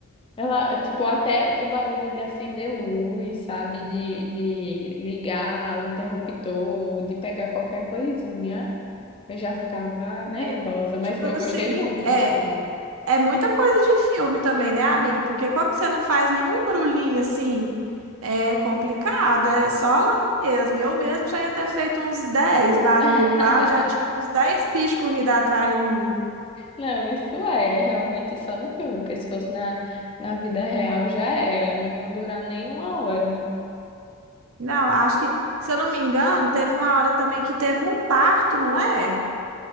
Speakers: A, on the left; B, on the right.
A: Ela, tipo, até o barulho de acender luz, sabe? De, de ligar o interruptor, de pegar qualquer coisinha, eu já ficava nervosa,
B: É,
A: mas
B: tipo
A: eu gostei
B: assim,
A: muito
B: é,
A: do filme.
B: É muita coisa de filme também, né, amiga? Porque quando você não faz nenhum brulhinho assim, é complicado, é só lá mesmo. Eu mesmo já ia ter feito uns 10 barulhos
A: <laughs>
B: lá, eu já tinha uns 10 bichos corridos atrás de mim.
A: Não, isso é realmente só no filme, porque se fosse na, na vida real já era, não iam durar nem uma hora.
B: Não, acho que, se eu não me engano, teve uma hora também que teve um parto, não é?